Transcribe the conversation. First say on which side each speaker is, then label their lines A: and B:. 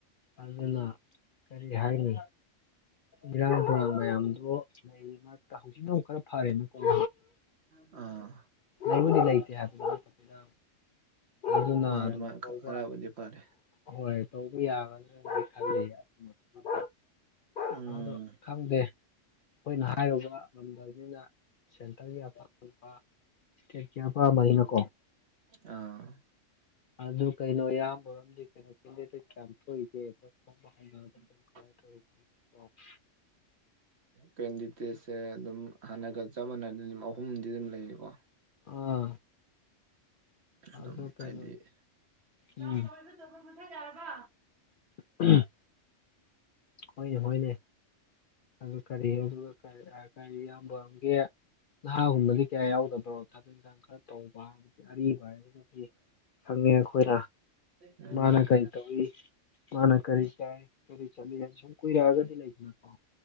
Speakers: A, on the left; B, on the right.
A: ꯑꯗꯨꯅ ꯀꯔꯤ ꯍꯥꯏꯅꯤ ꯏꯔꯥꯡ ꯇꯨꯔꯥꯡ ꯃꯌꯥꯝꯗꯨ ꯂꯩ ꯃꯔꯛꯇ ꯍꯧꯖꯤꯛꯅꯃꯨꯛ ꯈꯔ ꯐꯔꯦꯅꯀꯣ <inaudible>
B: ꯑꯥ
A: ꯂꯩꯕꯨꯗꯤ ꯂꯩꯇꯦ <inaudible> ꯗ ꯑꯗꯨꯅ
B: ꯃꯥꯅꯦ
A: ꯑꯗꯨꯝ
B: ꯃꯥꯅꯦ
A: ꯍꯧꯕ
B: ꯈꯔꯕꯨꯗꯤ ꯐꯔꯦ
A: ꯍꯣꯏ ꯇꯧꯕ ꯌꯥꯒ꯭ꯔꯗꯗꯤ ꯈꯟꯂꯤ <unintelligible>
B: ꯎꯝ
A: ꯑꯗꯣ ꯈꯪꯗꯦ ꯈꯣꯏꯅ ꯍꯥꯏꯔꯨꯕ ꯉꯝꯗꯕꯅꯤꯅ ꯁꯦꯟꯇꯔꯒꯤ ꯑꯄꯥꯝꯕ ꯇꯤꯀꯦꯠ ꯀꯌꯥ ꯄꯥꯥꯝꯕ ꯑꯩꯅꯀꯣ
B: ꯑꯥ
A: ꯑꯗꯨ ꯀꯩꯅꯣ ꯏꯌꯥꯝꯕ ꯍꯣꯏꯔꯣꯝꯗꯤ ꯀꯩꯅꯣ ꯀꯦꯟꯗꯤꯗꯦꯠ ꯀꯌꯥꯝ ꯊꯣꯛꯏꯒꯦ <unintelligible>
B: <inaudible>
A: ꯀꯃꯥꯏ ꯇꯧꯔꯤ ꯑꯣ <unintelligible>
B: ꯀꯦꯟꯗꯤꯗꯦꯠꯁꯦ ꯑꯗꯨꯝ ꯍꯥꯟꯅꯒ ꯆꯞ ꯃꯥꯟꯅꯅ ꯗꯨꯝ ꯑꯍꯨꯝꯗꯤ ꯗꯨꯝ ꯂꯩꯔꯦꯒꯣ
A: ꯑꯥ
B: ꯑꯗꯨꯝ
A: ꯑꯗꯨ ꯀꯩꯅꯣ
B: ꯍꯥꯏꯗꯤ
A: ꯎꯝ
B: ꯆꯥꯔꯖ ꯇꯧꯔꯤ <unintelligible> ꯃꯨꯊꯠ ꯌꯥꯔꯕ
A: ꯎꯝ ꯍꯣꯏꯅꯦ ꯍꯣꯏꯅꯦ ꯑꯗꯨ ꯀꯔꯤ ꯑꯗꯨꯒ ꯀꯔꯤ <unintelligible> ꯏꯌꯥꯝꯕꯝꯒꯤ ꯅꯍꯥꯒꯨꯝꯕꯗꯤ ꯀꯌꯥ ꯌꯥꯎꯗꯕ꯭ꯔꯣ ꯊꯕꯛ ꯏꯟꯈꯥꯡ ꯈꯔ ꯇꯧꯕ ꯑꯔꯤꯕ ꯍꯥꯏꯖꯤꯅꯗꯤ ꯈꯪꯉꯦ ꯑꯩꯈꯣꯏꯅ
B: ꯎꯝ
A: ꯃꯥꯅ ꯀꯔꯤ ꯇꯧꯏ ꯃꯥꯅ ꯀꯔꯤ ꯀꯥꯏ ꯀꯔꯤ ꯆꯠꯂꯤ ꯍꯥꯏ ꯁꯨꯝ ꯀꯨꯢꯔꯛꯑꯒꯗꯤ ꯂꯩꯗꯅꯀꯣ